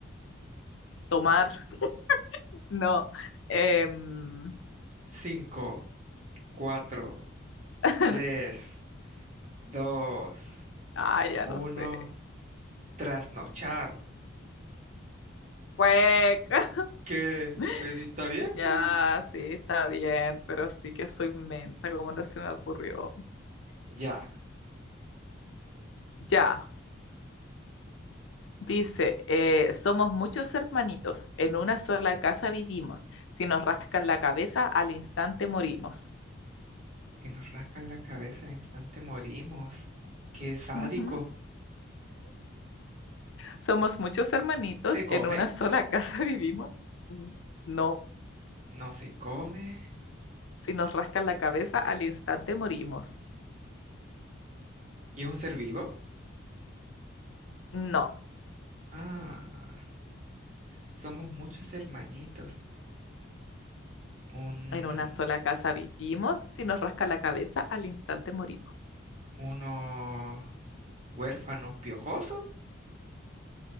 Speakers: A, on the left; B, on the right.
A: Tomar, <laughs> no. Em,
B: Cinco, cuatro,
A: <laughs>
B: tres, dos,
A: ah, ya
B: uno.
A: no sé.
B: Trasnochar.
A: Cueca.
B: ¿Qué?
A: <laughs>
B: Pues sí está bien,
A: Ya,
B: po.
A: sí, está bien, pero sí que soy mensa, como no se me ocurrió.
B: Ya.
A: Ya, dice, eh, somos muchos hermanitos, en una sola casa vivimos, si nos rascan la cabeza, al instante morimos.
B: Si nos rascan la cabeza al instante morimos. Qué sádico.
A: Ujú. Somos muchos hermanitos,
B: ¿Se come?
A: en una sola casa <laughs> vivimos. Mm, No,
B: No se come.
A: si nos rascan la cabeza, al instante morimos.
B: ¿Y es un ser vivo?
A: No,
B: Ah, somos muchos hermanitos. Un,
A: en una sola casa vivimos, si nos rascan la cabeza, al instante morimos.
B: uno huérfano piojoso.